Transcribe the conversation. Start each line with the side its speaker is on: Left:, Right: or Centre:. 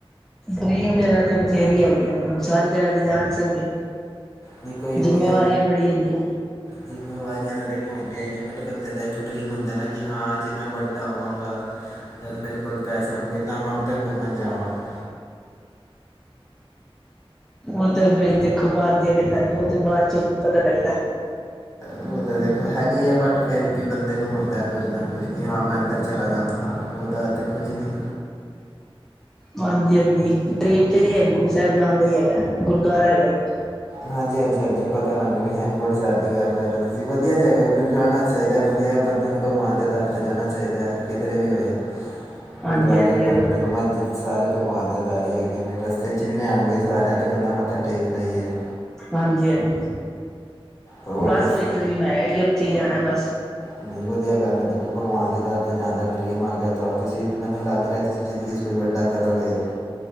Centre: ਡਰੀਮ ਜਗ੍ਹਾ ਤੇ ਬਥੇਰੀ ਆਈ ਆ ਸਾਰੀ ਜਗ੍ਹਾ ਤੇ ਜਾ ਨਹੀਂੀ ਸਕਦੇ
Left: ਨਹੀਂ ਕੋਈ ਹੋਏ
Centre: ਜਿੰਮੇਵਾਰੀਆਂ ਬੜੀ ਹੁਦੀਆਂ
Left: ਜ਼ਿੰਮੇਵਾਰੀਆਂ ਤਾਂ ਦੇਖੋ ਹੁੰਦੀਆਂ ਹੀ ਨੇ ਬਟ ਬੰਦੇ ਦਾ ਇੱਕ ਡਰੀਮ ਹੁੰਦਾ ਨਾ ਕਿ ਹਾਂ ਜੇ ਮੈਂ ਵੱਡਾ ਹੋਵਾਂਗਾ ਜਦ ਮੇਰੇ ਕੋਲ ਪੈਸੇ ਹੋਣਗੇ ਤਾਂ ਮੈਂ ਉੱਧਰ ਘੁੰਮਣ ਜਾਵਾਂਗਾ।
Centre: ਉਹ ਤੇ ਦੇਖੋ ਬਾਹਰ ਦੀਆਂ ਗੱਲਾਂ ਨੂੰ ਉਹ ਤੇ ਬਾਅਦ ਚੋਂ ਪਤਾ ਲੱਗਦਾ।
Left: ਉਹ ਤਾਂ ਦੇਖੋ ਹੈਗਾ ਹੀ ਆ ਬਟ ਫੇਰ ਵੀ ਬੰਦੇ ਨੂੰ ਹੁੰਦਾ ਕੁੱਝ ਕੁਛ ਹਾਂ ਮੈਂ ਇੱਧਰ ਚਲਾ ਜਾਗਾ ਉਹਦਾ ਇਥੇ ਕੁਝ ਨਹੀਂ
Centre: ਹਾਂਜੀ-ਹਾਂਜੀ ਡਰੀਮ ਤੇ ਜੀ ਹੈ ਗੁਰੂ ਸਾਹਿਬ ਜਾਣ ਦਾ ਹੀ ਹੈਗਾ ਗੁਰਦੁਆਰਾ ਹੈਗਾ ਇੱਕ,
Left: ਹਾਂਜੀ-ਹਾਂਜੀ-ਹਾਂਜੀ ਪਤਾ ਮੈਨੂੰ ਵੀ ਹੇਮਕੁੰਟ ਸਾਹਿਬ ਦੀ ਗੱਲ ਕਰੋ, ਤੁਸੀਂ ਵਧੀਆ ਜਗ੍ਹਾ ਵੀ ਜਾਣਾ ਚਾਹੀਦਾ ਵਧੀਆ ਬੰਦੇ ਨੂੰ ਭਗਵਾਨ ਦੇ ਦਰ 'ਤੇ ਜਾਣਾ ਚਾਹੀਦਾ ਹੈ ਕਿਧਰੇ ਵੀ ਹੋਏ, ਗੁਰਦੁਆਰੇ
Centre: ਹਾਂਜੀ ਹਾਂਜੀ
Left: ਮੰਦਿਰ
Centre: ਉਹ
Left: ਮਸਜਿਦ ਸਾਰੇ, ਮਾਂ ਦੇ ਦਾਰੀ ਅੱਗੇ ਨੇ ਰਸਤੇ ਜਿੰਥੇ ਆਣਗੇ ਸਾਰਿਆਂ ਅਤੇ ਬੰਦਾ ਮੱਥਾ ਟੇਕਦਾ ਹੀ ਹੈ,
Centre: ਹਾਂਜੀ-ਹਾਂਜੀ,
Left: ਹੋਰ
Centre: ਬਸ
Left: ਦੱਸੋ
Centre: ਉਹੀ ਡਰੀਮ ਐ ਹੀ ਉੱਥੇ ਜਾਣਾ ਬਸ,
Left: ਨਹੀਂ ਵਧੀਆ ਗੱਲ ਹੈ ਭਗਵਾਨ ਦੇ ਦਰ 'ਤੇ ਜਾਣ ਦਾ ਡਰੀਮ ਆਗਿਆ ਤਾਂ ਤੁਸੀਂ ਮੈਨੂੰ ਲੱਗ ਰਿਹਾ ਤੁਸੀਂ ਜ਼ਿੰਦਗੀ 'ਚ ਕੋਈ ਵੱਡਾ ਕਰੋਗੇ।